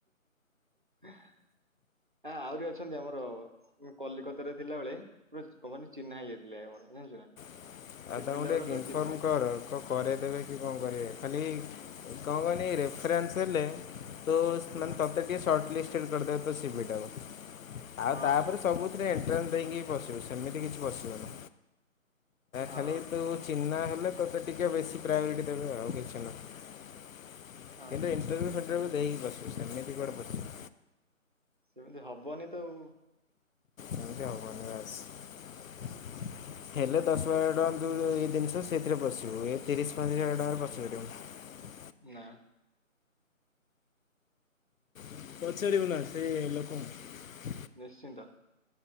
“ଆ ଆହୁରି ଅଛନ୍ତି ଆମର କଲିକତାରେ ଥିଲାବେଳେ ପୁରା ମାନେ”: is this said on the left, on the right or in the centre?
Right